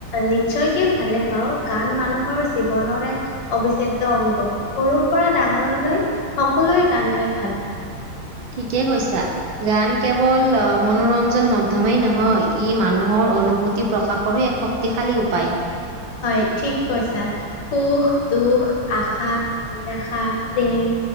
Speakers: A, on the left; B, on the right.
A: নিশ্চয়কৈ ভালে পাওঁ। গান মানুহৰ জীৱনৰ এক অবিচ্ছেদ্য অংগ, সৰুৰ পৰা ডাঙৰলৈ সকলোৱে গান গাই ভাল পায়।
B: ঠিকেই কৈছা। গান কেৱল অ, মনোৰঞ্জন মাধ্যমেই নহয়, ই মানুহৰ অনুভূতি প্ৰকাশৰো এক শক্তিশালী উপায়।
A: হয় ঠিক কৈছা, সুখ, দুখ, আশা নিৰাশা, প্ৰেম